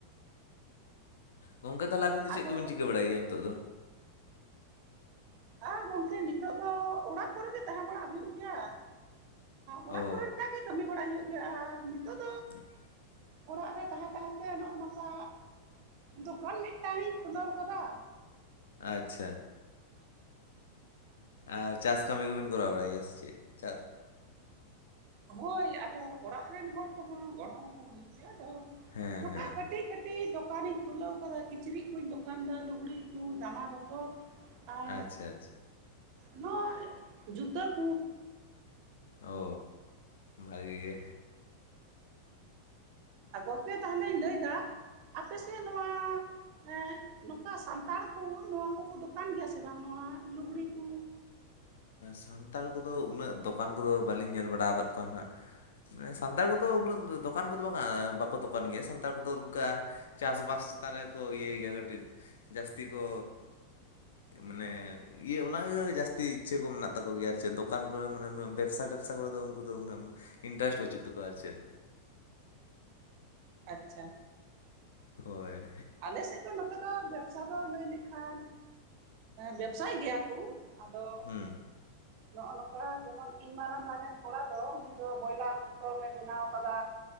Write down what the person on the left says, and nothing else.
ᱜᱚᱝᱠᱮ ᱛᱟᱦᱚᱞᱮ ᱟᱹᱵᱤᱱ ᱫᱚ
ᱪᱮᱫ ᱠᱚ ᱵᱤᱱ ᱪᱤᱠᱟᱹ ᱵᱟᱲᱟᱭ ᱜᱮᱭᱟ ᱱᱤᱛᱚᱜ ᱫᱚᱼᱼ
ᱚ
<inaudible>
ᱟᱪᱪᱷᱟ ᱟᱨ ᱪᱟᱥ ᱠᱟᱹᱢᱤ ᱠᱚ ᱵᱤᱱ ᱠᱚᱨᱟᱣ ᱵᱟᱲᱟᱭ ᱜᱮᱭᱟ ᱥᱮᱪᱮᱫ ᱪᱟᱥᱼᱼ
ᱦᱮᱸ
ᱦᱮᱸ
ᱟᱪᱪᱷᱟ ᱟᱪᱪᱷᱟ
ᱚ ᱵᱷᱟᱜᱤ ᱜᱮᱼᱼ
ᱥᱟᱱᱛᱟᱲ ᱠᱚ ᱫᱚ ᱩᱱᱟᱹᱜ ᱫᱚᱠᱟᱱ ᱠᱚ ᱫᱚ ᱵᱟᱹᱞᱤᱧ ᱧᱮᱞ ᱵᱟᱲᱟ ᱟᱠᱟᱫ ᱠᱚᱣᱟ ᱦᱟᱸᱜᱼᱼ ᱥᱟᱱᱛᱟᱲ ᱠᱚ ᱫᱚ ᱩᱱᱟᱹᱜ ᱫᱚᱠᱟᱱ ᱠᱚ ᱫᱚ ᱵᱟᱝ ᱵᱟᱠᱚ ᱫᱚᱠᱟᱱ ᱜᱮᱭᱟ ᱥᱟᱱᱛᱟᱲ ᱠᱚ ᱫᱚ ᱚᱱᱠᱟᱼᱼ ᱪᱟᱥᱼᱵᱟᱥ ᱪᱮᱛᱟᱱ ᱨᱮ ᱠᱚ ᱤᱭᱟᱹᱭ ᱜᱮᱭᱟ ᱠᱟᱹᱴᱤᱡ ᱡᱟᱹᱥᱛᱤ ᱠᱚᱼᱼ ᱢᱟᱱᱮ ᱤᱭᱟᱹ ᱚᱱᱟᱜᱮ ᱡᱟᱹᱥᱛᱤ ᱛᱤ ᱤᱪᱪᱷᱟᱹ ᱠᱚ ᱢᱮᱱᱟᱜ ᱛᱟᱠᱚ ᱜᱮᱭᱟ ᱟᱨ ᱪᱮᱫ ᱫᱚᱠᱟᱱ ᱠᱚᱨᱮ ᱢᱟᱱᱮ ᱩᱱᱟᱹᱜ ᱵᱮᱵᱽᱥᱟ ᱴᱮᱵᱽᱥᱟ ᱠᱚᱨᱮ ᱫᱚ ᱩᱱᱠᱩ ᱫᱚ ᱩᱱᱟᱹᱜ ᱤᱱᱴᱟᱨᱮᱥᱴ ᱵᱟᱪᱩᱜ ᱛᱟᱠᱚᱣᱟ ᱟᱨ ᱪᱮᱫ
ᱦᱳᱭ
ᱦᱩᱸ